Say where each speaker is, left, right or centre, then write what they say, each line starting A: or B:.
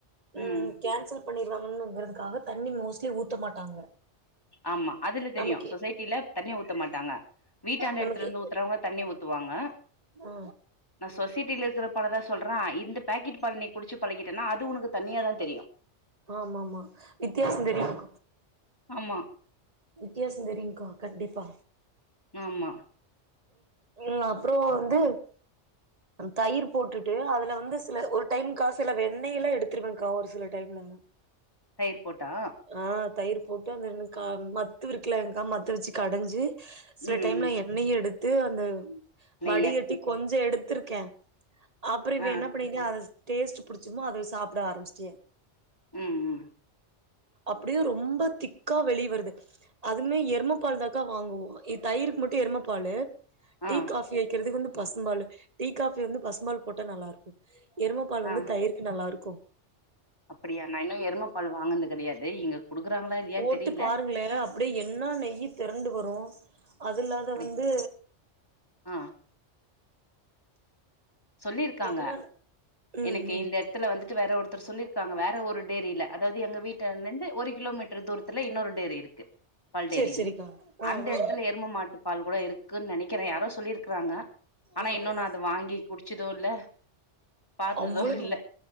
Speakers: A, on the left; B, on the right.
A: ம்
B: உம் கேன்சப் பண்ணிருவாங்குங்கிறதுக்காக தண்ணி மோஸ்ட்லி ஊத்த மாட்டாங்க
A: ஆமா அதுல தெரியும்
B: நமக்கே
A: சொசைட்டில தண்ணி ஊத்த மாட்டாங்க வீட்டாந்த
B: நமக்கே
A: இடத்துல இருந்து ஊத்துறவங்க தண்ணி ஊத்துவாங்க
B: ஆ
A: நான் சொசைட்டில இருக்கிற பழதான் சொல்றான் இந்த பேக்கெட் பால் நீ குடிச்சு பழகிட்டேன்னா அது உனக்கு தனியா தான் தெரியும்
B: ஆமமாமாவித்தியாசம் தெரியும்
A: ஆமா
B: வித்தியாசம் தெரிய்கா கண்டிப்பா
A: ஆஹமா
B: உஹம் அப்புறம் வந்து தயிர் போட்டுட்டு அதுல வந்து சில ஒரு டைம்கா சில வெண்ணெய் எல்லாம் எடுத்துருவேங்க்கா ஒரு சில டைம்ல
A: தயிர் போட்டா
B: ஆஹ் தயிரு போட்டு அந்த ரெண்டு கா மத்து விறுங்கலங்கா மத்து வச்சு கடைஞ்சி சில
A: ம்
B: டைம்ல
A: ம்
B: என்ண்ணெயையும் எடுத் து அந்த
A: நெய்யா
B: வடிகட்டி கொஞ்ச எடுத் த்துருக்கே அப்புறம் இவே
A: ஆ
B: என்ன பண்ணிக அத டேஸ்ட் பிடிச்சுமோ அது சாப்பிட ஆரம்பிச்சேன்
A: உஹும் ஹும்
B: அப்புடியும் ரொம்ப திக்கா வெளி வருது அதுமே எருமப்பால் தாக்கா வாங்குவோம் இ தயிருக்கு மட்டும்எருமப்பாலு டீ
A: ஆ
B: காஃபி வைக்கிறதுக்கு வந்து பசும்பாலு டீ காபி வந்து பசும்பால் போட்டா நல்லா இருக்கும் எருமப்பால்
A: ஆ
B: வந்து தயிருக்கு நல்லா இரு ப்ப
A: அப்படியா நான் இன்னும் எருமப்பால் வாங்கனது கிடையாது தே இங்க குடுக்குறாங்களா இல்லையான்னு
B: போட்டு
A: தெரியல
B: பாருங்களே அப்படியே என்னா நெயி திரண்டு வரும் அதில்லாத
A: அப்படி
B: வந்து
A: ஆ சொல்லிருக்காங்க
B: என்ன ம்
A: எனுக்கு
B: ம்
A: இந்த எடத்துல வந்து எனக்கு வேற ஒருத்தரு சொல்லியிருக்காங்க வேற ஒரு டேரியில அதாவது எங்க வீட்டாண்டயிருந்து ஒரு கிலோமீட்டரு தூரத்துல இன்னொரு டேரியிருக்கு பால்டேரின்னு
B: சேரி சேரிக்கா ஆ
A: அந்த
B: ஆ
A: எடத்துல எருமமாட்டு பால் கூடயிருக்கு க்கு நெனைக்குறே யாரோ சொல்லியிருக்குறாங்க ஆனா
B: ஆ
A: இன்னொன்னா
B: ஆ
A: அது வாங்கி குடிச்சு இதுவுல்ல பாத்ததும்யில்ல
B: அவ்ளோ